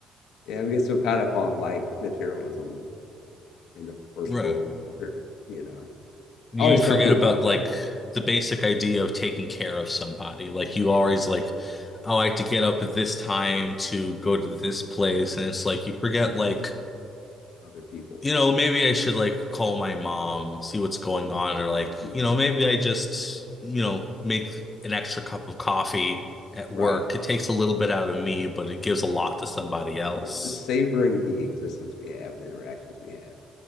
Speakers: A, on the left (about 80°); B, on the left (about 20°).
A: Yeah, we get so caught up on like materialism in the first
B: Right.
A: world, you know.
B: You
A: I always
B: forget
A: tell people,
B: about
A: uh,
B: like the basic idea of taking care of somebody. Like you
A: yeah,
B: always like, oh, I have to get up at this time to go to this place. And it's like you forget like
A: other people,
B: you know, maybe I should like call my mom, see what's going on, or
A: hmm
B: like, you know, maybe I just, you know, make an extra cup of coffee at work.
A: right?
B: It takes a little bit out of me, but it gives a lot to somebody else.
A: Yeah, just savoring the existence we have and the interactions we have,